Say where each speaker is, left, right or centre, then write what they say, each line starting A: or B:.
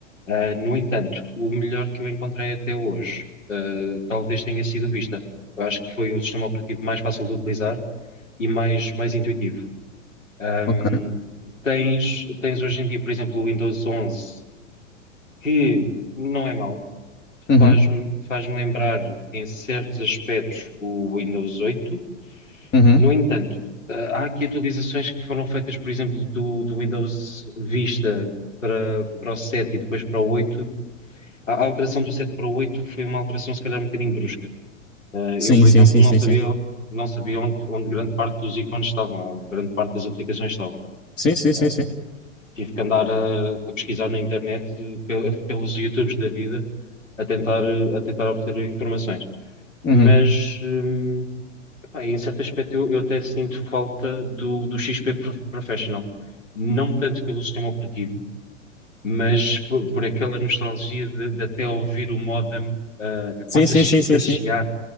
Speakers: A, on the left (about 85°); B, on the left (about 25°).
A: Ah, no entanto, o melhor que eu encontrei até hoje, ah, talvez tenha sido o Vista. Eu acho que foi o sistema operativo mais fácil de utilizar e mais, mais intuitivo. Ahm,
B: Ok.
A: tens, tens hoje em dia, por exemplo, o Windows 11, que não é mau,
B: Uhum,
A: faz-me faz-me lembrar em certos aspectos o Windows 8,
B: uhum.
A: no entanto, eh, há aqui atualizações que foram feitas, por exemplo, do, do Windows Vista para, para o 7 e depois para o 8. A a alteração do 7 para o 8 foi uma alteração, se calhar, um bocadinho brusca. Eh,
B: Sim,
A: eu, por
B: sim,
A: exemplo,
B: sim,
A: não
B: sim,
A: sabia,
B: sim.
A: não sabia onde, onde grande parte dos ícones estavam, ou grande parte das aplicações estavam.
B: Sim, sim, sim,
A: Eh,
B: sim.
A: tive que andar a, a pesquisar na internet, eh, pe- pelos YouTubes da vida, a tentar, a tentar obter informações.
B: Uhum.
A: Mas. hum, Pá, em certo aspecto, eu, eu até sinto falta do, do XP Pro- Professional. Não tanto pelo sistema operativo, mas por, por aquela nostalgia de, de até ouvir o modem, ah,
B: Sim,
A: quase
B: sim,
A: a, chi-
B: sim, sim,
A: a chiar
B: sim.